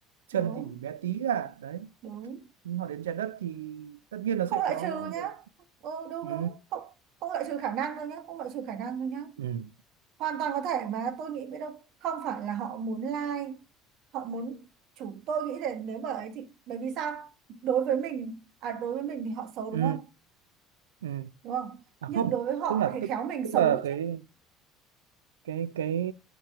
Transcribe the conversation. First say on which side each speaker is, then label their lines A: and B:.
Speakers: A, on the right; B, on the right.
A: chân
B: đúng
A: thì bé tí à đấy
B: đúng
A: nhưng họ đến trái đất thì tất nhiên nó
B: không
A: sẽ
B: loại
A: có
B: trừ nhá
A: nhiều
B: ừ, đúng
A: ừ,
B: đúng không không loại trừ khả năng đâu nhá không loại trừ khả năng đâu nhá
A: ừ,
B: hoàn toàn có thể mà tôi nghĩ biết đâu không phải là họ muốn like họ muốn chủ tôi nghĩ là nếu bởi ấy thì bởi vì sao đối với mình à đối với mình thì họ xấu
A: ừ,
B: đúng không
A: ừ.
B: đúng không
A: À
B: nhưng
A: không,
B: đối với họ
A: tức là
B: thì
A: tức,
B: khéo mình
A: tức
B: xấu
A: là cái
B: chứ
A: cái cái